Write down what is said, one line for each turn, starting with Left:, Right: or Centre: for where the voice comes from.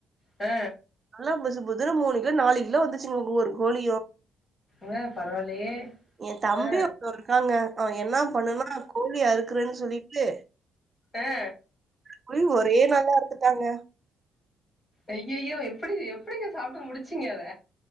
Left: ஆ
Right: நல்லா புசுபுதுன்னு மூணு கிலோ நாலு கிலோ வந்துச்சுங்க ஒவ்வொரு கோழியு
Left: ஏங்க பரவாயில்லயே
Right: ஏ தம்பி
Left: ஆ
Right: ஒருத்தே இருக்காங்க அவே என்னா பண்ணுனா கோழிய அறுக்குறேன்னு சொல்லிட்டு
Left: ஆ
Right: போயி ஒரே நாள்ல அறுத்துட்டாங்க
Left: ஐய்யய்யோ எப்டி எப்டிங்க சாப்ட்டு முடிச்சிங்க அத